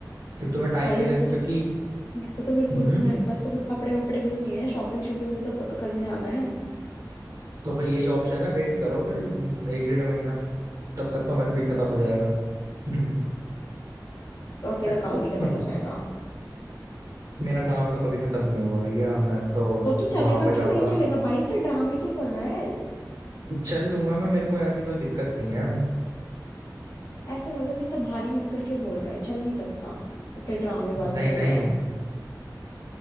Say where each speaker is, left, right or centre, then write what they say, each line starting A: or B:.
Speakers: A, on the right; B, on the left.
A: फिर तुम्हें टाइम
B: भाई
A: भी
B: अभी
A: लगे
B: तो मेरे
A: क्योंकि
B: को मेरे को तो बिल्कुल
A: हम्म
B: भी मेरे पास तो फिर कपड़े वपड़े भी तो नहीं है शॉपिंग शॉपिंग भी तो क- करने जाना है
A: तो फिर यही ऑप्शन है वेट करो फिर एक डेढ़ महीना तब तक तो मन भी खत्म हो जाएगा <clears throat>
B: और तेरा
A: हम्म,
B: काम भी खत्म हो जाएगा
A: मेरा काम तो कभी खत्म नहीं होगा भैया मैं तो
B: तो तू चलेगा
A: वहां पर जाता
B: कि नहीं चलेगा भाई इतने ड्रामे क्यों कर रहा है
A: चल लूंगा मैं मेरे को ऐसी कोई दिक्कत नहीं है
B: ऐसा लग रहा है कि इतना भारी मन करके बोल रहा है चल नहीं सकता इतने ड्रामेबाजी
A: नहीं
B: कर
A: नहीं
B: रहा है